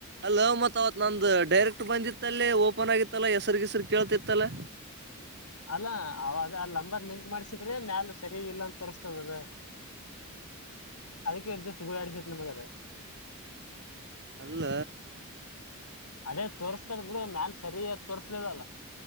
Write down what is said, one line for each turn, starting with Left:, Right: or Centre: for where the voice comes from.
Right: ಅಲ ಮತ್ ಅವತ್ ನಂದು ಡೈರೆಕ್ಟ್ ಬಂದಿತ್ತಲ್ಲೇ ಫೋನೆಗಿದ್ದನಲ್ಲಾ ಗೀಸರ್ ಕೇಳ್ತಿದ್ದನಲ್ಲ
Left: ಅಲ್ಲ ಅವಾಗ ಅ ನಂಬರ್ ಲಿಂಕ್ ಮಾಡ್ ಮ್ಯಾಲ ಸರಿ ಇಲ್ಲ ಅಂತ ತೋರಿಸಸ್ತದ ಅದ ಅದಕ್ಕೆ ಇರ್ ದ ಗ ಆಡಿಸತ್ನಗೆ ಅದ
Right: ಅಲ್ಲ
Left: ಅದೇ ತೋರಿಸತದ್ ಬಿಡು ಮ್ಯಾಲ ಸರಿ ತೋರ್ಸ್ಲದಲ್ಲ